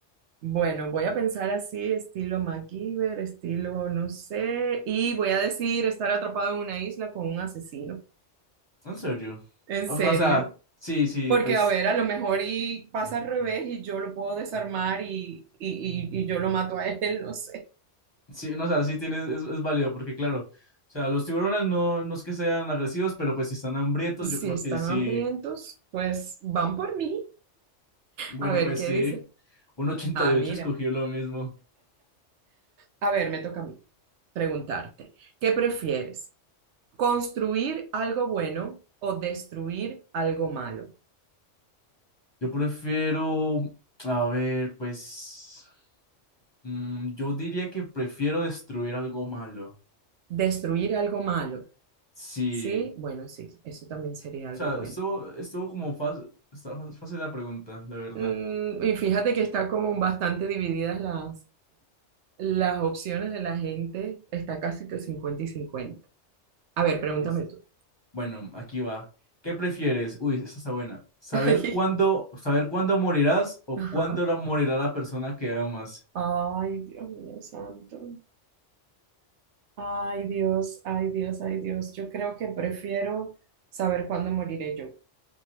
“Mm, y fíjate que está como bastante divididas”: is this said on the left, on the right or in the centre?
Right